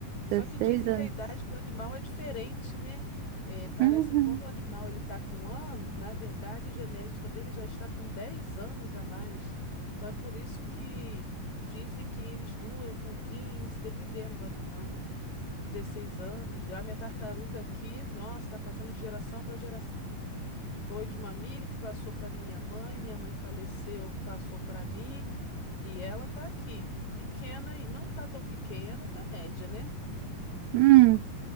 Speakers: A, on the left (about 55°); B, on the right (about 90°).
A: Só
B: 16
A: que dizem
B: anos.
A: que a idade do animal é diferente, né? É, parece
B: Uhum.
A: que quando o animal ele está com um ano, na verdade a genética dele já está com 10 anos a mais. Então é por isso que dizem que eles duram com 15 dependendo do animal, né? dezesseis anos. Já minha tartaruga aqui, nossa, está passando de geração para geração. Foi de uma amiga que passou para minha mãe, minha mãe faleceu, passou para mim, e ela tá aqui, pequena e não tá tão pequena, tá média, né?
B: Hum.